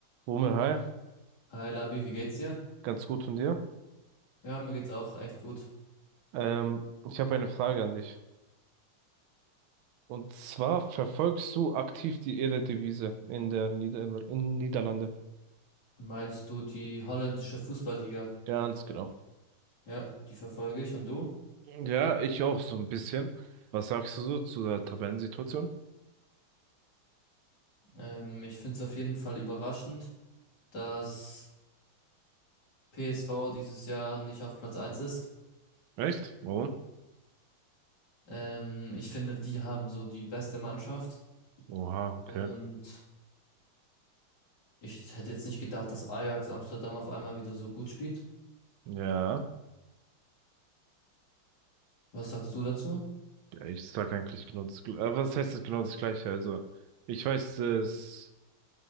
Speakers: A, on the right; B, on the left.
A: Romeo, hi,
B: Hi Labi, wie geht's dir?
A: ganz gut von dir.
B: Ja, mir geht's auch echt gut.
A: Ähm, ich habe eine Frage an dich. Und zwar verfolgst du aktiv die Eredivisie in der Nieder in Niederlande?
B: Meinst du die holländische Fußballliga?
A: Ganz genau.
B: Ja, die verfolge ich und du?
A: Ja, ich auch so ein bisschen. Was sagst du so zu der Tabellensituation?
B: Ähm, ich find's auf jeden Fall überraschend, dass PSV dieses Jahr nicht auf Platz eins ist.
A: Echt? Warum?
B: Ähm, ich finde, die haben so die beste Mannschaft
A: Oha, okay.
B: und ich hätte jetzt nicht gedacht, dass Ajax Amsterdam auf einmal wieder so gut spielt.
A: Ja,
B: Was sagst du dazu?
A: ich sag eigentlich genau das Gleiche. Was heißt das genau das Gleiche? Also, ich weiß es.